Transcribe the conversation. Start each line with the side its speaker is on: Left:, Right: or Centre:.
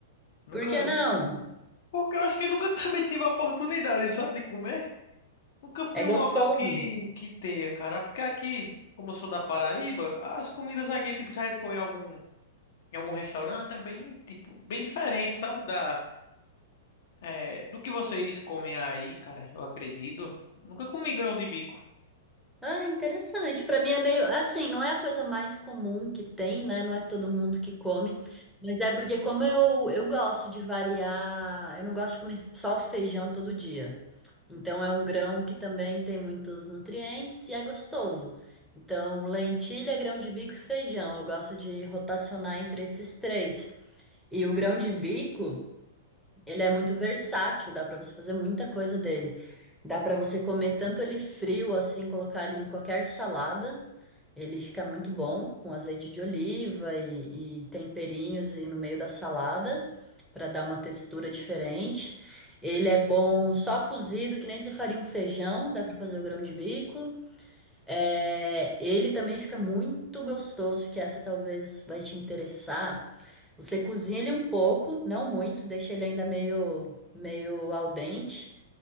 Left: Nunca,
Centre: Por que não?
Left: nunca comi. Porque eu acho que eu nunca <laughs> também tive a oportunidade, sabe, de comer. Nunca fui
Centre: É gostoso.
Left: em um local que, que tenha, cara. Porque aqui, como eu sou da Paraíba, as comidas aqui, tipo, se a gente for em algum, em algum restaurante, é bem, tipo, bem diferente, sabe? Da, é, do que vocês comem aí, cara, eu acredito. Nunca comi grão de bico.
Centre: Ah, interessante. Para mim é meio assim, não é a coisa mais comum que tem, né? Não é todo mundo que come, mas é porque como eu eu gosto de variar, eu não gosto de comer só o feijão todo dia. Então é um grão que também tem muitos nutrientes e é gostoso. Então, lentilha, grão de bico e feijão, eu gosto de rotacionar entre esses três. E o grão de bico ele é muito versátil, dá pra você fazer muita coisa dele. Dá pra você comer tanto ele frio assim, colocar ele em qualquer salada. Ele fica muito bom com azeite de oliva e, e temperinhos e no meio da salada pra dar uma textura diferente. Ele é bom só cozido, que nem você faria um feijão, dá pra fazer o grão de bico. É, ele também fica muito gostoso, que essa talvez vai te interessar. Você cozinha ele um pouco, não muito, deixa ele ainda meio, meio al dente,